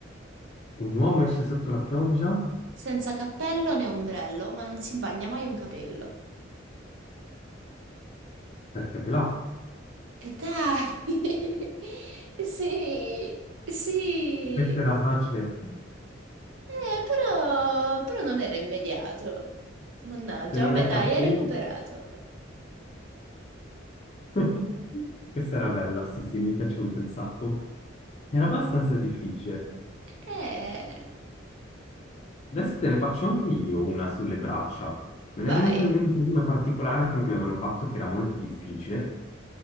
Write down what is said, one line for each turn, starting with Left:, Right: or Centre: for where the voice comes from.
Left: un uomo esce sotto la pioggia
Right: Senza cappello né ombrello, ma non si bagna mai un capello.
Left: perché è pelato.
Right: E dai! <laughs> Sì, sì.
Left: Questa era facile.
Right: Eh, però, però non era immediato. Mannaggia,
Left: Se non
Right: vabbè,
Left: hai
Right: dai,
Left: capelli...
Right: hai recuperato.
Left: <laughs> Questa era bella, sì, sì, mi è piaciuta un sacco. Era abbastanza difficile.
Right: Eh,
Left: Adesso te ne faccio anche io una sulle braccia. Me
Right: vai.
Left: ne è venuta in mente una particolare che mi avevano fatto che era molto difficile.